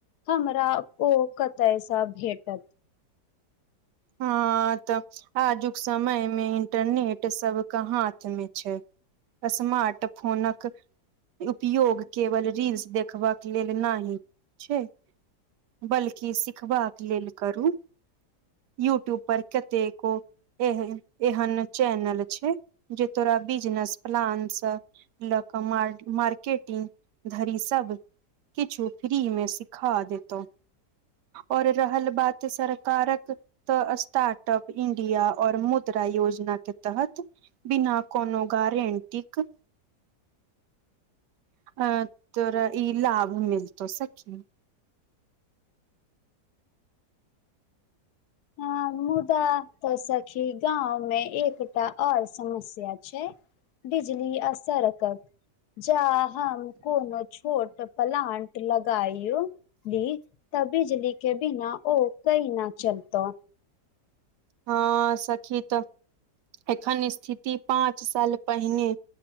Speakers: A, on the left (about 75°); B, on the right (about 85°).
A: हमरा ओ कतयसँ भेटल
B: हँ तऽ आजुक समय मे इंटरनेट सबकऽ हाथ मे छै स्मार्ट फोनक उपयोग केवल रील्स देखबाक लेल नहि छै बल्कि सिखबाक लेल करू यूट्यूब पर कतेको ए एहन चैनल छै जे तोरा बिजनेस प्लानस लऽ कऽ मार मार्केटिंग धरी सब किछु फ्रीमे सिखा देतउ आऔर रहल बात सरकारक तऽ स्टार्ट अप इं्डिया और मुद्रा योजना के तहत बिना कोनो गारंटिक अ तोरा ई लाभ मिलतौ सखी
A: हँ मुदा तऽ सखी गाँंव में एकटा और समस्या छै बिजली आ सड़कक जा हम कोनो छोट प्लांट लगायो ली तऽ बिजली के बिना ओ कईना चलतो
B: हँ सखी तऽ एखन स्थिति पाँच साल पहिनै